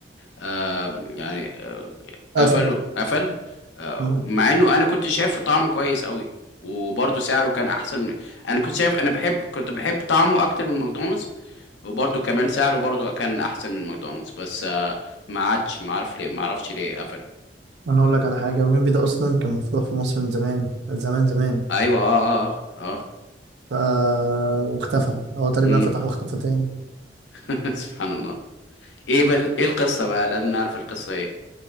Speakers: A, on the left; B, on the right.
A: آه يعني آه
B: قفل
A: قفله قفل آه
B: مم.
A: مع انه انا كنت شايفه طعمه كويس قوي وبرضه سعره كان احسن من انا كنت شايف انا بحب كنت بحب طعمه اكتر من ماكدونالدز وبرضه كمان سعره برضه كان احسن من ماكدونالدز بس آه ما عادش ما عارف ليه ما اعرفش ليه قفل
B: انا اقول لك على حاجة ويمبي ده اصلا كان مفتوح في مصر من زمان زمان زمان
A: ايوه اه اه اه
B: ف واختفى هو تقريبا
A: امم
B: فتح واختفى تاني
A: <laughs> سبحان الله ايه بل... ايه القصه بقى لازم نعرف القصه ايه